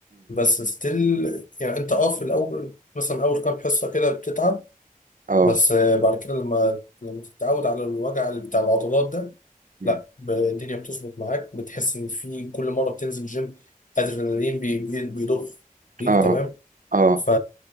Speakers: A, on the left (about 60°); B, on the right (about 65°).
A: بس ستيل يعني انت اه في الاول مثلا اول كام حصه كده بتتعب
B: اه
A: بس آه، بعد كده لما لما تتعود على الوجع اللي بتاع العضلات ده
B: مم.
A: لا ب- الدنيا بتظبط معاك بتحس ان في كل مره بتنزل جيم ادرينالين بي- بي- بيضخ فيك
B: اه
A: تمام
B: اه
A: ف